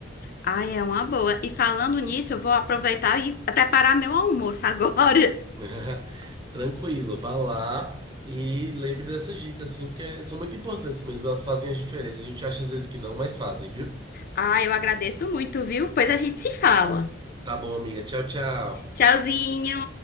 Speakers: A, on the left (about 50°); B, on the right (about 25°).
A: Ai, é uma boa. E falando nisso, eu vou aproveitar e preparar meu almoço <laughs> agora.
B: <laughs> Tranquilo, vá lá e lembre dessas dicas, assim, porque são muito importantes mesmo, elas fazem a diferença. A gente acha às vezes que não, mas fazem, viu?
A: Ah, eu agradeço muito, viu? Pois a gente se fala.
B: Tá bom, amiga. Tchau, tchau.
A: Tchauzinho!